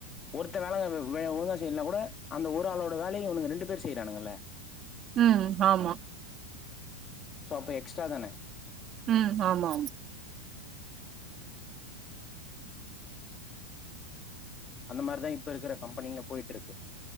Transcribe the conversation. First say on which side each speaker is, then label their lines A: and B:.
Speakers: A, on the left (about 20°); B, on the right (about 30°).
A: ஒருத்த வேல வ்வ ஒழுங்கா செய்லனா கூட அந்த ஒரு ஆளோட. வேலய இவன்னுங்க ரெண்டு பேரு செய்றானுங்கல.
B: உம் ஆமா.
A: சொ ப்பே எக்ஸ்டா தானே
B: உம் ஆமா ஆம்
A: அந்த மாரிதா இப்ப இருக்கற கம்பெனிங்ல போய்ட்டுருக்கு